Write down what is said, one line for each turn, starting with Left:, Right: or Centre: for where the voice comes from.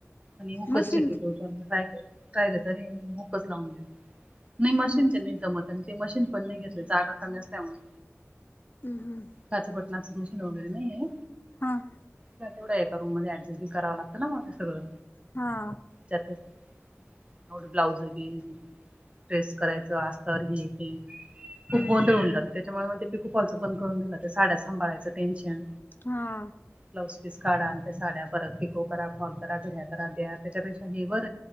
Right: आणि हुकच
Left: मशीन
Right: शक्यत़ो <unintelligible> राहील राहिले तरी हुकच लावून देत़ो मशीनच्या
Left: हम्म
Right: नाही जमत ते मशीन पण नाही घेतलं जागा कमी असल्या म्हण
Left: हम्म हम्म
Right: काच्या पटणाच मशीन वगैरे नाही आहे
Left: हम
Right: तेवढ्या एका रूम मध्ये अडजस्ट बी कव लागत ना मग सगळं
Left: हा
Right: त्यात एवढं ब्लाउज बी ट्रेस करायचं अस <unintelligible>
Left: हम्म
Right: खूप गोंध होन जात त्याच्यामुळे मग ते पिको फॉल च बंद करून दिलं ते साड्यात सांभाळायचं टेन्शन
Left: हा
Right: ब्लाउज पीस काढा आणि त्या साड्या परत पिको करा फॉल करा घड्या करा द्या त्याच्यापेक्षा हे बर